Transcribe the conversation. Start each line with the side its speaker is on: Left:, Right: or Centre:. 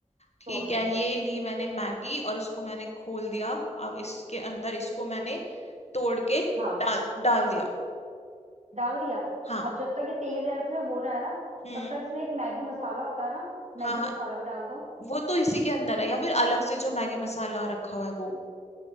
Left: ठीक
Right: तोड़
Left: है
Right: के
Left: ये ली मैंने मैगी और इसको मैंने खोल दिया अब इसके अंदर इसको मैंने तोड़ के
Right: हाँ
Left: डाल डाल दिया
Right: डाल दिया
Left: हाँ
Right: अब जब तक ये तेज है इसमें हो रहा है ना
Left: हम्म
Right: तब तक इसमें एक मैगी मसाला होता है ना मैगी
Left: हाँ हाँ
Right: मसाला भी डाल दो
Left: वो तो इसी के अंदर है या फिर अलग से जो मैगी मसाला रखा हुआ है वो